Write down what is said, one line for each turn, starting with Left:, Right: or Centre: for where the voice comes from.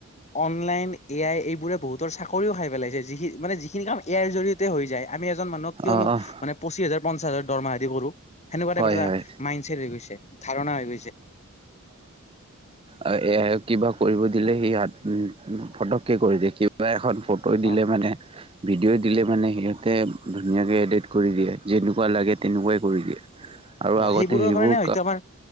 Left: অনলাইন এ আই এইবোৰে বহুতৰ চাকৰিও খাই পেলাইছে যিখি মানে যিখিনি কাম এ আইৰ জৰিয়তে হৈ যায় আমি এজন মানুক কিয়নো
Right: অ', অ',
Left: মানে পঁচিছ হাজাৰ পঞ্চাছাজাৰ দমহাৰি কৰোঁ সেনেকুৱা
Right: হয়
Left: টাইপ এটা
Right: হয়।
Left: মাইণ্ড চছেট হৈ গৈছে ধাৰণা হৈ গৈছে
Right: আৰু এ কিবা কৰিব দিলে সিাত ফটককৈ কৰি দিয়ে কিবা এখন ফটো
Left: অ
Right: দিলে মানে ভিডিঅ' দিলে মানে সিহঁতে ধুনীয়াকৈ এডিট কৰি দিয়ে যেনেকুৱা লাগে তেনেকুৱাই কৰি দিয়ে আৰু
Left: অ
Right: আগতে
Left: সেইবোৰৰ
Right: সেইবোৰ
Left: কাৰণে হয়তো আমাৰ